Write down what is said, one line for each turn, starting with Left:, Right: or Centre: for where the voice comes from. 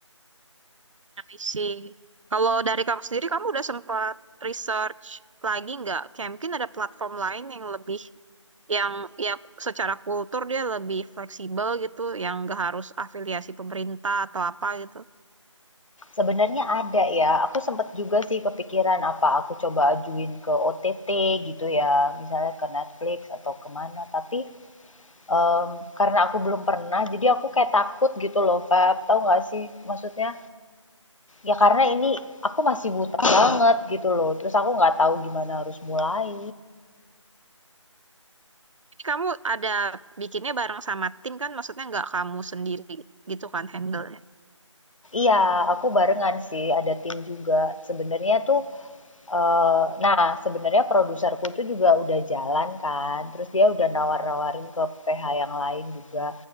Right: I see. Kalau dari kamu sendiri, kamu udah sempat research lagi nggak? Kayak mungkin ada platform lain yang lebih, yang ya secara kultur dia lebih fleksibel gitu, yang nggak harus afiliasi pemerintah atau apa gitu.
Left: Sebenarnya ada ya, aku sempet juga sih kepikiran apa aku coba ajuin ke OTT gitu ya, misalnya ke Netflix atau kemana tapi, mmm, karena aku belum pernah jadi aku kayak takut gitu loh, Feb, tahu nggak sih? Maksudnya, ya karena ini aku masih buta banget gitu loh, terus aku nggak tahu gimana harus mulai.
Right: Ini kamu ada bikinnya bareng sama tim kan? Maksudnya nggak kamu sendiri gitu kan handle-nya?
Left: Iya, aku barengan sih, ada tim juga. Sebenarnya tuh Eee, nah, sebenarnya produserku tuh juga udah jalan kan, terus dia udah nawar-nawarin ke PH yang lain juga.